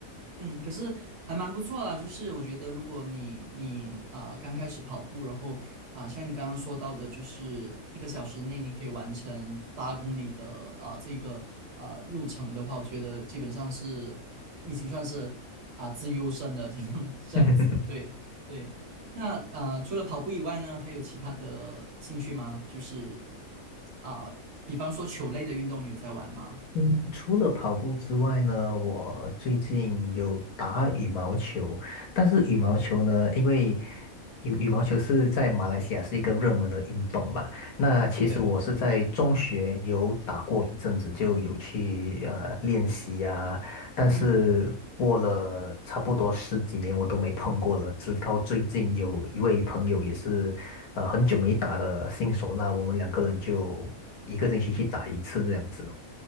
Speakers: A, on the right; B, on the left.
A: 嗯，可是还蛮不错啦。就是我觉得，如果你你啊、呃刚开始跑步，然后啊、呃像你刚刚说到的，就是一个小时内你可以完成八公里的啊、呃这个呃路程的话，我觉得基本上是已经算是啊、自优身了，<laughs> 这样这样子。
B: <laughs>
A: 对对。那啊、呃除了跑步以外呢，还有其他的兴趣吗？就是啊、比方说球类的运动，你有在玩吗？
B: 嗯，除了跑步之外呢，我最近有打羽毛球，但是羽毛球呢，因为羽羽毛球是在马来西亚是一个热门的运动嘛，那其实我是在中学有打过一阵子，
A: 对，
B: 就有去呃练习呀，但是过了差不多十几年我都没碰过了，
A: 嗯。
B: 直到最近有一位朋友也是呃很久没打的新手，那我们两个人就一个星期去打一次这样子。